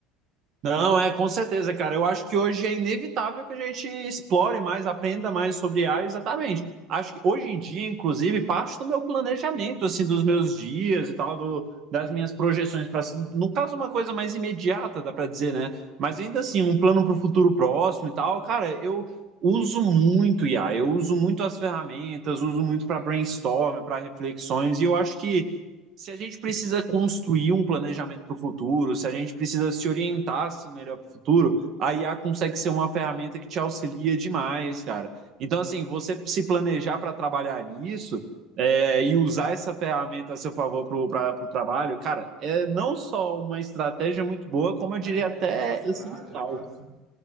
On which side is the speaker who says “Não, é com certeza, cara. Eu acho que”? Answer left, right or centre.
Right